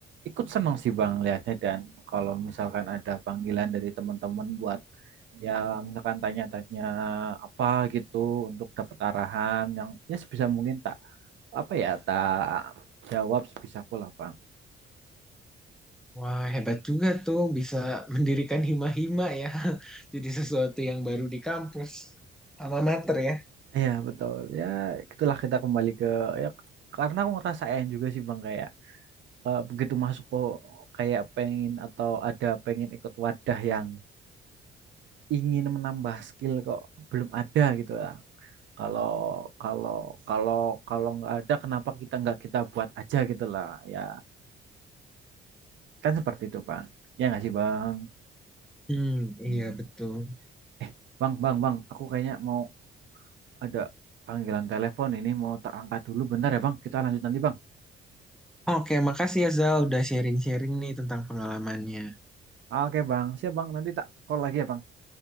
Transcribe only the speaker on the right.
ikut senang sih Bang lihatnya dan kalau misalkan ada panggilan dari teman-teman buat ya misalkan tanya-tanya apa gitu untuk dapat arahan yang ya sebisa mungkin tak apa ya tak jawab sebisaku lah Bang.
Iya betul ya itulah kita kembali ke ya karena aku ngerasain juga sih Bang kayak eh, begitu masuk kok kayak pengen atau ada pengen ikut wadah yang ingin menambah skill kok belum ada gitu ya. Kalau kalau kalau kalau nggak ada kenapa kita nggak kita buat aja gitu lah ya kan seperti itu Bang. Ya nggak sih Bang?
Hmm.
Eh Bang Bang Bang, aku kayaknya mau ada panggilan telepon ini mau tak angkat dulu bentar ya Bang. Kita lanjut nanti Bang.
Oke Bang, siap Bang. Nanti tak call lagi ya Bang.